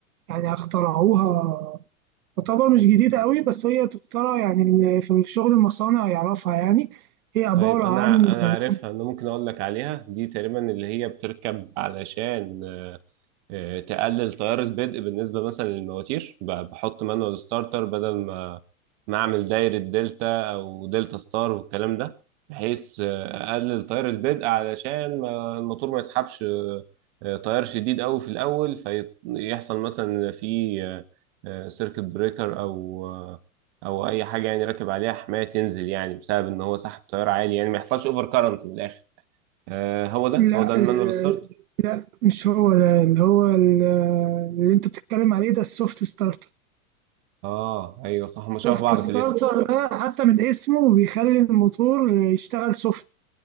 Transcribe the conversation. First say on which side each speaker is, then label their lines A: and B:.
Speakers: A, on the right (about 75°); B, on the right (about 50°).
A: يعني اخترعوها تعتبر مش جديدة قوي بس هي تخترع يعني ال- في شغل المصانع يعرفها يعني هي عبارة
B: طيب انا
A: عن كمبيوتر
B: انا عارفها انا ممكن اقول لك عليها دي تقريبا اللي هي بتركب علشان آه، آه، تقلل تيار البدء بالنسبه مثلا للمواتير ب- بحط مانوال ستارتر بدل ما نعمل دايرة دلتا أو دلتا ستار والكلام ده بحيث آه، أقلل تيار البدء علشان ما الموتور ما يسحبش آه، آه، تيار شديد أوي في الأول فيحصل مثلا في آه، آه، سيركت بريكر أو آه، أو أي حاجة يعني راكب عليها حماية تنزل يعني بسبب إن هو سحب تيار عالي يعني ما يحصلش أوفر كارنت من الآخر آه، هو ده
A: لا
B: هو ده المانوال
A: ال-
B: ستارت
A: لا مش هو ده اللي هو ال- اللي انت بتتكلم عليه ده السوفت ستارتر
B: آه أيوه صح هما
A: السوفت
B: شبه بعض
A: ستارتر
B: في الاسم
A: ده حتى من اسمه بيخلي الموتور يشتغل سوفت